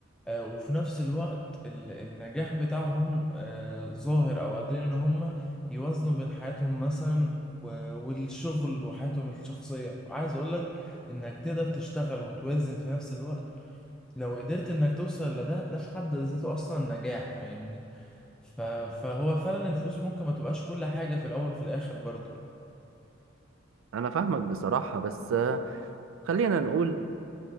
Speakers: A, in the centre; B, on the right.
A: آه، وفي نفس الوقت ال- النجاح بتاعهم آه، ظاهر أو قادرين إن هم يوازنوا بين حياتهم مثلا و- والشغل وحياتهم الشخصية وعايز أقولك إنك تقدر تشتغل وتوازن في نفس الوقت لو قدرت إنك توصل لده ده في حد ذاته أصلا نجاح فاهمني ف- فهو فعلا الفلوس ممكن ما تبقاش كل حاجة في الأول وفي الآخر برضه
B: انا فاهمك بصراحه بس آه، خلينا نقول